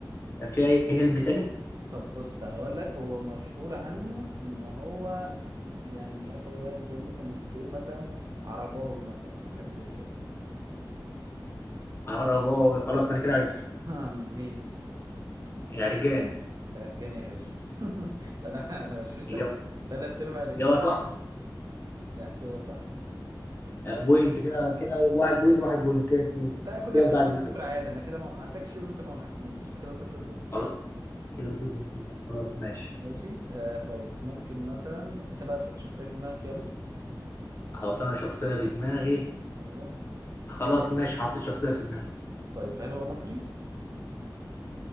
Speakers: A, on the left; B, on the right.
A: في أي هلب تاني؟
B: طب بص هقول لك هو مشهور عنه ان هو يعني مش عارف اقول لك ازاي ممكن تقول مثلا عرباوي مثلا او حاجة زي كده
A: عرباوي خلاص انا كده عرفته
B: <laughs> مين
A: عرجاني
B: انت هرجاني يا باشا <laughs> انا انا غششتك
A: اجابه
B: ثلاث ارباع الاجابه
A: اجابه صح
B: ده احسبها صح
A: آه، بوينت كده كده واحد بوينت واحد بوينت كده اتنين
B: لا كده
A: كده
B: صفر
A: متعادلين
B: صفر عادي انا كده ما وقعتكش وانت ما وقعتنيش فكده صفر صفر
A: خلاص كده صفر صفر خلاص ماشي
B: ماشي آه طيب ممكن مثلا انت بقى تحط شخصيه في دماغك يلا
A: احط انا شخصيه في دماغي
B: ايوه
A: خلاص ماشي حطيت شخصيه في دماغي
B: طيب هل هو مصري